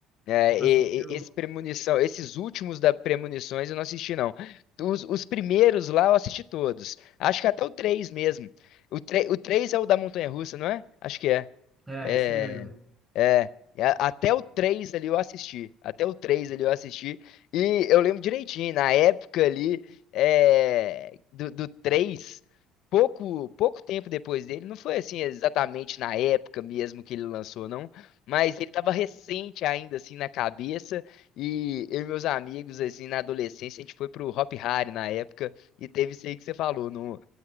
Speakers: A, on the left; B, on the right.
A: É,
B: Nunca
A: e-
B: assistiu?
A: e- esse premonição, esses últimos da Premonições eu não assisti, não. Os, os primeiros lá eu assisti todos. Acho que até o 3 mesmo. O 3, o 3 é o da Montanha-Russa, não é? Acho que é.
B: É,
A: É,
B: esse mesmo.
A: É, e a- até o 3 ali eu assisti. Até o 3 ali eu assisti. E eu lembro direitinho, na época ali, é, do, do 3 pouco, pouco tempo depois dele, não foi assim exatamente na época mesmo que ele lançou, não. Mas ele tava recente ainda, assim, na cabeça. E eu e meus amigos, assim, na adolescência, a gente foi pro Hop Hari na época. E teve isso aí que você falou, no,